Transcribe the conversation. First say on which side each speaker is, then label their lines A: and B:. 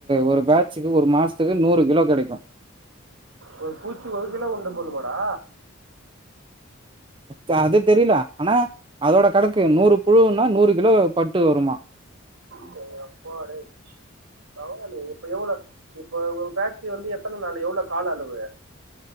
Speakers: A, on the right; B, on the right.
A: ஒரு பேட்சுக்கு ஒரு மாசத்துக்கு நூறு கிலோ கெடைக்கு
B: ஒரு பூச்சி ஒரு ஒரு கிலோ உண்டு பண்ணுமாடா
A: ச அது தெரில ஆனா அதோட கணக்கு நூறு புழுன்னா நூறு கிலோ பட்டு வருமா
B: டே யேப்பா டே பரவால்லியே இப்ப எவ்ளோ இப்போ உ பேட்ச் வந்து எத்தன நாள் எவ்ளோ கால அளவு